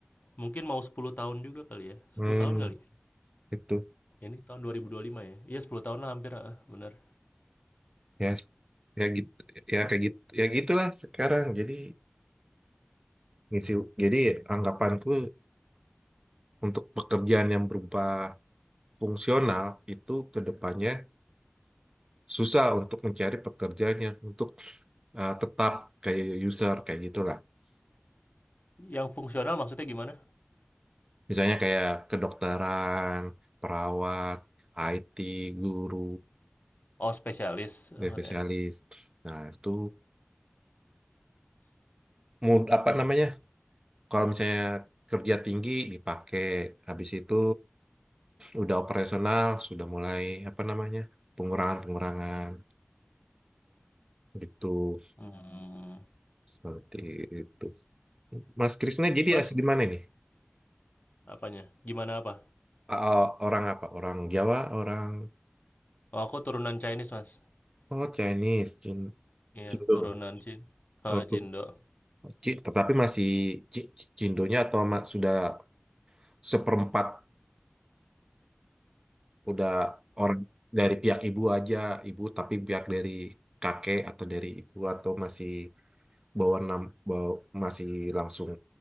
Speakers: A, on the left; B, on the right.
A: mungkin mau sepuluh tahun juga kali ya. sepuluh
B: Hmm,
A: tahun kali.
B: itu.
A: Ini tahun 2025 ya. Iya 10 tahun lah hampir, ah, benar.
B: Ya, ya gitu. Ya kayak gitu. Ya gitulah sekarang. Jadi misi jadi anggapanku untuk pekerjaan yang berupa fungsional itu ke depannya susah untuk mencari pekerjaan yang untuk eh, tetap kayak user kayak gitulah.
A: Yang fungsional maksudnya gimana?
B: Misalnya kayak kedokteran, perawat, IT, guru,
A: Oh, spesialis maksudnya.
B: spesialis. Nah, itu mud- apa namanya? Kalau misalnya kerja tinggi dipakai, habis itu udah operasional, sudah mulai apa namanya? pengurangan-pengurangan gitu.
A: Hmm.
B: Seperti itu. Mas Krisna jadi
A: Mas,
B: asli di mana nih?
A: apanya? Gimana apa?
B: A- a- Orang apa? Orang Jawa, orang
A: Oh, aku turunan Chinese, Mas.
B: oh Chinese, Cin-
A: Iya,
B: Cindo.
A: turunan Cina.
B: Oh, tuh.
A: Cindo.
B: Ci- Tapi masih Ci- Cindonya atau ma- sudah seperempat udah orang dari pihak ibu aja ibu tapi pihak dari kakek atau dari ibu atau masih bawa nam bawa, masih langsung